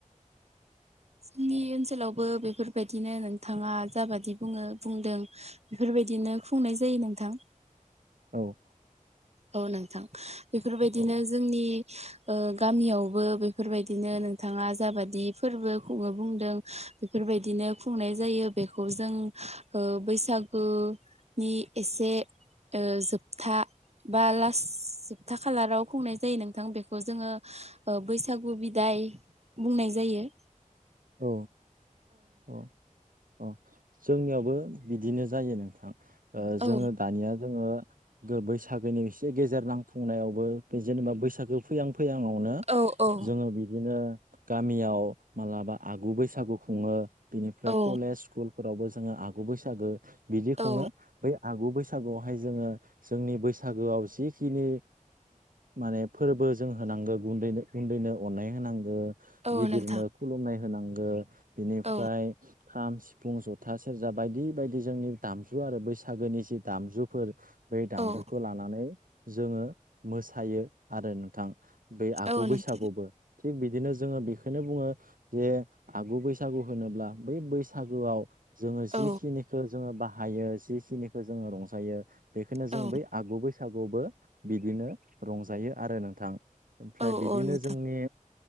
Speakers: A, on the right; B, on the right.
A: जोंनि ओनसोलावबो बेफोरबायदिनो नोंथाङा जाबादि बुङो बुंदों बेफोरबायदिनो खुंनाय जायो नोंथां।
B: औ
A: औ नोंथां बेफोरबायदिनो
B: औ
A: जोंनि ओ गामियावबो बेफोरबायदिनो नोंथाङा जाबादि फोरबो खुङनो बुंदों बेफोरबायदिनो खुंनाय जायो बेखौ जों ओ बैसागु नि एसे जोबथा बा लास जोबथा खालाराव खुंनाय जायो नोंथां बेखौ जोङो ओ बैसागु बिदाय बुंनाय जायो।
B: औ औ अ जोंनियावबो बिदिनो जायो नोंथां ओ
A: औ
B: जोङो दानिया जोङो गो बैसागोनि एसे गेजेर नांफुंनायावबो बे जेनेबा बैसागो फैहां फैहांआवनो
A: औ औ
B: जोङो बिदिनो गामियाव मालाबा आगु बैसागु खुङो बिनिफ्राय
A: औ
B: कलेज स्कुलफोरावबो जोङो आगु बैसागो बिदि
A: औ
B: खुङो बै आगु बैसागुआवहाय जोङो जोंनि बैसागोआव जिखिनि माने फोरबो जों होनांगो गुन्दैनो गुन्दैनो अननाय होनांगौ
A: औ
B: गिदिरनो
A: नोंथां
B: खुलुमनाय होनांगो बिनिफ्राय
A: औ
B: खाम सिफुं फुं जथा सेरजा बायदि बायदि जोंनि दामजु आरो बैसागोनि जि दामजुफोर बै दामजुखौ
A: औ
B: लानानै जोङो मोसायो आरो नोंथां बे आगु
A: औ नोंथां
B: बैसागुबो थिग बिदिनो जोङो बेखौनो बुङो जे आगु बैसागु होनोब्ला बै बैसागुआव जोङो
A: औ
B: जिखिनिखो जोङो बाहायो जिखिनिखो जोङो रंजायो बेखौनो
A: औ
B: जों बै आगु बैसागुबो बिदिनो रंजायो आरो नोंथां ओमफ्राय
A: औ
B: बिदिनो
A: औ नोंथां
B: जोंनि